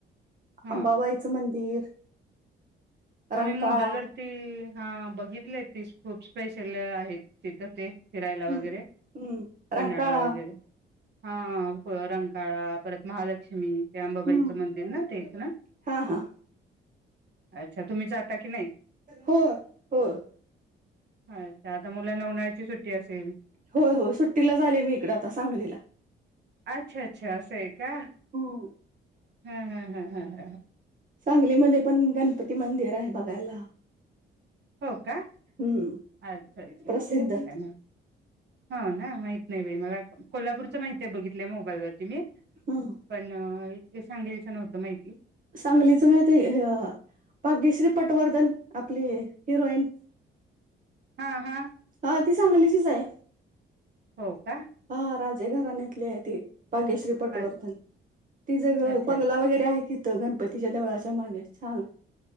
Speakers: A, on the right; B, on the right.
A: हा
B: अंबाबाईचं मंदिर
A: हा
B: रंकाळा
A: मी मोबाईल वरती हा बघितले ती खूप स्पेशल आहेत तिथं ते फिरायला
B: हम्म
A: वगैरे
B: हम्म
A: पन्हाळा
B: रंकाळा
A: वगैरे हा रंकाळा परत महालक्ष्मी ते अंबाबाईचं
B: हम्म
A: मंदिर ना तेच ना
B: हा हा
A: अच्छा तुम्ही जाता की नाही
B: हो हो होय
A: अच्छा आता मुलांना उन्हाळ्याची सुट्टी असेल
B: हो हो सुट्टीलाच आले मी इकडं आता सांगलीला
A: अच्छा अच्छा असं आहे का
B: हम्म.
A: ह ह ह ह ह
B: सांगलीमध्ये पण गणपती मंदिर आहे बघायला
A: हो का
B: हम्म
A: अच्छा अच्छा
B: प्रसिद्ध
A: काय नाही हो ना माहत नाही बाई मला अस कोल्हापूरचं माहिती आहे बघितलं मोबाईलवररती मी
B: हम्म
A: पण हे सांगलीचं नव्हतं माहिती
B: सांगलीच माहितीय हे भाग्यश्री पटवर्धन आपली हिरोईन
A: हा हा
B: हा ती सांगलीचीच आहे
A: हो का
B: हा राजे घरण्यातली आहे ती भाग्यश्री पटवर्धन
A: अ
B: तिज घ
A: अच्छा
B: बंगला वगैरे आहे कि त गणपतीच्या देवळाच्या मागे छान